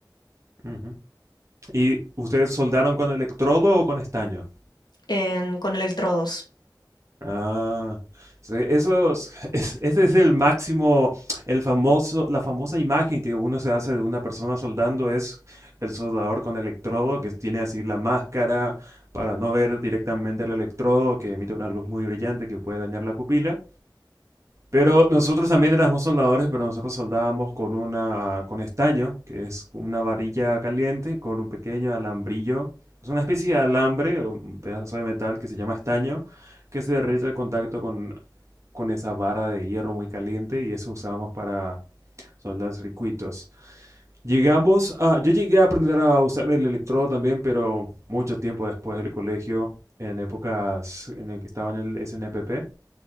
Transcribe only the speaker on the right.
Ujú. ¿Y ustedes soldaron con electrodo o con estaño?
Ah, sí, eso <laughs> es- es- ese es el máximo, el famoso, la famosa imagen que uno se hace de una persona soldando es el soldador con electrodo que tiene así la máscara para no ver directamente el electrodo que emite una luz muy brillante que puede dañar la pupila Pero nosotros también éramos soldadores, pero nosotros soldábamos con una, con estaño, que es una varilla caliente con un pequeño alambrillo. Es una especie de alambre, o un pedazo de metal que se llama estaño, que se derrite al contacto con, con esa vara de hierro muy caliente y eso usábamos para soldar circuitos. Llegamos a, yo llegué a aprender a usar el electrodo también, pero mucho tiempo después del colegio, en épocas en el que estaba en el SNPP